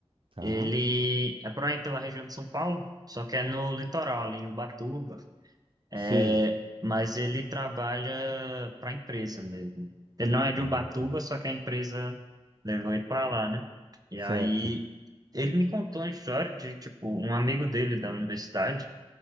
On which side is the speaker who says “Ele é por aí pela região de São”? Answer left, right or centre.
Right